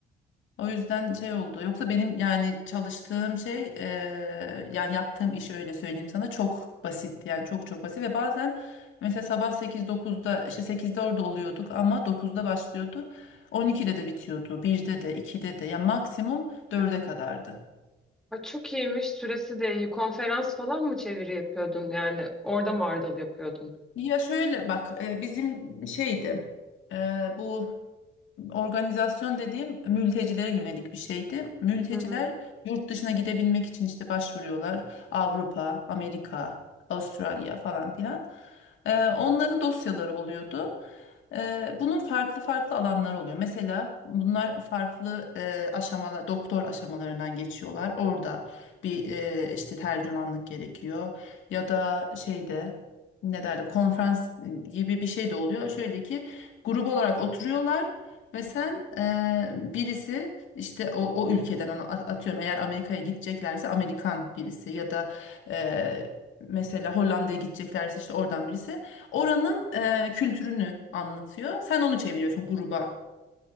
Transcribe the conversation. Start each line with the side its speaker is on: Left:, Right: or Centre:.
Left: O yüzden şey oldu. Yoksa benim yani çalıştığım şey e, yani yaptığım iş öyle söyleyeyim sana çok basit. Yani çok çok basit ve bazen mesela sabah sekiz dokuzda, işte sekizde orada oluyorduk ama dokuzda başlıyordu. 12'de de bitiyordu. birde de 2'de de ya maksimum dörde kadardı.
Centre: Ay, çok iyiymiş. Süresi de iyi. Konferans falan mı çeviri yapıyordun? Yani orada mı ardıl yapıyordun?
Left: Ya şöyle bak e, bizim şeydi e, bu Organizasyon dediğim mültecilere yönelik bir şeydi. Mülteciler
Centre: Hı hı.
Left: yurt dışına gidebilmek için işte başvuruyorlar. Avrupa, Amerika, Avustralya falan filan. Ee, onların dosyaları oluyordu. Ee, bunun farklı farklı alanları oluyor. Mesela bunlar farklı e, aşamalar, doktor aşamalarından geçiyorlar. Orada bir e, işte tercümanlık gerekiyor. Ya da şeyde ne derler konferans gibi bir şey de oluyor. Şöyle ki grup olarak oturuyorlar. Ve sen eee, birisi işte o, o ülkeden onu a- atıyorum eğer Amerika'ya gideceklerse Amerikan birisi ya da eee, mesela Hollanda'ya gideceklerse işte oradan birisi oranın eee, kültürünü anlatıyor. Sen onu çeviriyorsun gruba